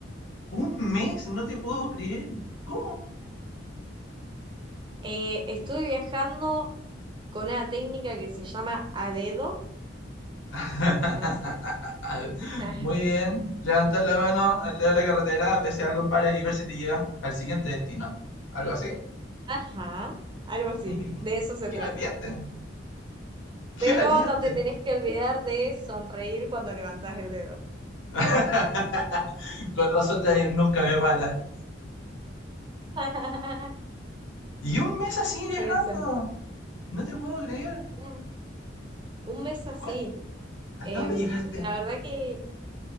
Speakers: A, on the left (about 75°); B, on the right (about 25°).
A: Un mes, no te puedo creer. ¿Cómo?
B: Eh, estuve viajando con una técnica que se llama a dedo,
A: <laughs>
B: ¿conoces? <laughs>
A: Muy bien. Levantar la mano al lado de la carretera, ver si algo para y ver si te llega al siguiente destino. ¿Algo así?
B: Ajá, algo así,
A: Muy bien.
B: de eso se
A: Qué
B: trata.
A: valiente. Qué
B: Pero
A: valiente.
B: no te tenés que olvidar de sonreír cuando levantás el dedo.
A: <laughs> Con razón, nadie nunca me para.
B: <laughs>
A: Y un mes así viajando.
B: Tiene sentido.
A: No te puedo creer.
B: Un, un mes así.
A: ¿Cuál- ¿Hasta
B: Em,
A: dónde llegaste?
B: la verdad que